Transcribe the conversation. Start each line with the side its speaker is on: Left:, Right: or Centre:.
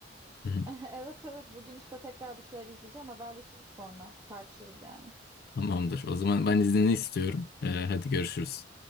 Left: <laughs> Hı hı.
Right: <laughs> evet evet bugün işte tekrar bir şeyler izleyeceğim. Haberleşiriz sonra. Tartışırız yani.
Left: Tamamdır. O zaman ben iznini istiyorum. Ee, hadi görüşürüz.